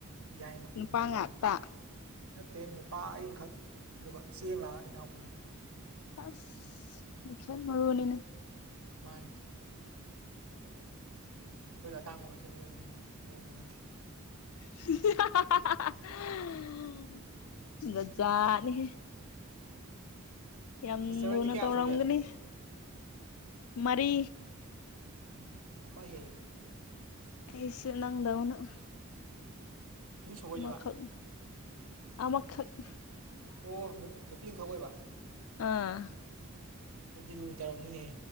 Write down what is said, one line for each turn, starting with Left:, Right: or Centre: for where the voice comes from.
Right: ꯌꯥꯏꯃ
Left: ꯅꯨꯄꯥ
Right: ꯃꯤꯗꯜꯋꯥꯟ
Left: ꯉꯥꯛꯇ
Right: ꯅꯠꯇꯦ ꯅꯨꯄꯥ ꯑꯤꯡꯈꯛ ꯑꯗꯨꯒ ꯏꯆꯦ ꯑꯃ ꯏꯅꯥꯎꯄꯤ ꯑꯃ
Left: ꯑꯁ ꯃ ꯃꯅꯤꯅ
Right: ꯃꯥꯅꯤ ꯇꯥꯡꯉ ꯃꯦꯅꯦ ꯑꯍꯣꯡꯕꯗꯨ ꯅꯠꯇꯦ
Left: <unintelligible> ꯃꯖꯥꯅꯤ ꯌꯥꯝ
Right: ꯁꯤꯁꯇꯔ
Left: ꯅꯨꯅ
Right: ꯍꯣꯏꯗꯤ ꯀꯌꯥ
Left: ꯇꯧꯔꯒꯅꯤ
Right: ꯁꯨꯒꯦ
Left: ꯃꯔꯤ
Right: ꯎ ꯑꯃ ꯍꯦꯜꯂꯅꯤ
Left: ꯑꯩꯁꯨ ꯅꯪꯗꯥꯅ
Right: ꯑꯅꯤ ꯁꯨꯕ ꯑꯣꯏꯗꯣꯏꯕ
Left: ꯃꯈ ꯈ ꯑ ꯃꯈ ꯈ
Right: ꯑꯣ ꯅꯨꯄꯤ ꯑꯃꯈꯛ ꯑꯣꯏꯕ
Left: ꯑꯥ
Right: ꯑꯗꯨꯗꯤ ꯂꯣꯏ ꯇꯔꯝꯅꯤꯍꯦ